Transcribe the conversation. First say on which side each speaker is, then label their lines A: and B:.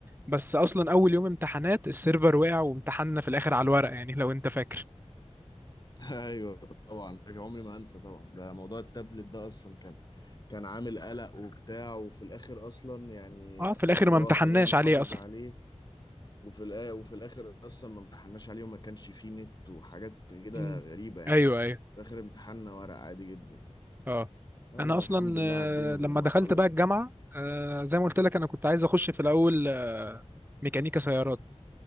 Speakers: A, on the right; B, on the left.
A: بس أصلا أول يوم امتحانات السيرفر وقع وامتحنا في الآخر على الورق يعني لو أنت فاكر
B: ايوه طبعا ده عمري ما انسى طبعا ده موضوع التابلت ده اصلا كان كان عامل قلق وبتاع وفي الاخر اصلا يعني
A: أه في الآخر
B: اللي
A: ما امتحناش
B: هو خلونا نحافظ
A: عليه أصلا
B: عليه وفي الآ- وفي الاخر اصلا ما امتحناش عليه وما كانش فيه نت وحاجات كده
A: أمم.
B: غريبة يعني
A: أيوه أيوه
B: في الاخر امتحاننا ورق عادي جدا
A: اه
B: يلا
A: انا اصلا
B: الحمد لله
A: آه،
B: عدينا
A: لما
B: من المرحلة
A: دخلت بقى
B: دي
A: الجامعه آه، زي ما قلت لك انا كنت عايز اخش في الاول آه، ميكانيكا سيارات